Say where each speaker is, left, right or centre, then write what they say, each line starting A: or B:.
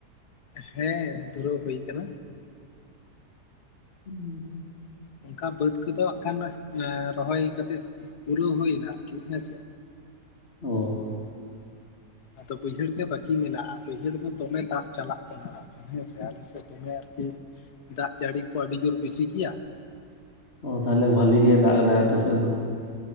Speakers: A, on the left; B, on the left.
A: ᱦᱮᱸ ᱫᱷᱩᱨᱟᱹᱣ ᱦᱩᱭ ᱠᱟᱱᱟ᱾
B: ᱦᱩᱸ᱾
A: ᱚᱱᱠᱟ ᱵᱟᱹᱫᱽ ᱠᱚᱫᱚ ᱦᱟᱸᱜ ᱠᱷᱟᱱ ᱨᱚᱦᱚᱭ ᱠᱟᱛᱮᱜ ᱯᱩᱨᱟᱹᱣ ᱦᱩᱭᱱᱟ ᱟᱨᱠᱤ ᱦᱮᱸᱥᱮ᱾
B: ᱚ᱾
A: ᱟᱫᱚ ᱵᱟᱹᱭᱦᱟᱹᱲ ᱜᱮ ᱵᱟᱹᱠᱤ ᱢᱮᱱᱟᱜᱼᱟ, ᱵᱟᱹᱭᱦᱟᱹᱲ ᱫᱚ ᱫᱚᱢᱮ ᱫᱟᱜ ᱪᱟᱞᱟᱜ ᱠᱟᱱᱟ᱾ ᱦᱮᱸᱥᱮ ᱟᱞᱮᱥᱮᱫ ᱫᱚᱢᱮ ᱟᱨᱠᱤ ᱫᱟᱜ ᱡᱟᱹᱲᱤ ᱠᱚ ᱟᱹᱰᱤ ᱡᱳᱨ ᱵᱮᱥᱤ ᱜᱮᱭᱟ,
B: ᱚ ᱛᱟᱦᱚᱞᱮ ᱵᱷᱟᱹᱞᱤ ᱜᱮ ᱫᱟᱜ ᱠᱟᱫᱟ ᱟᱯᱮ ᱥᱮᱫ ᱫᱚ᱾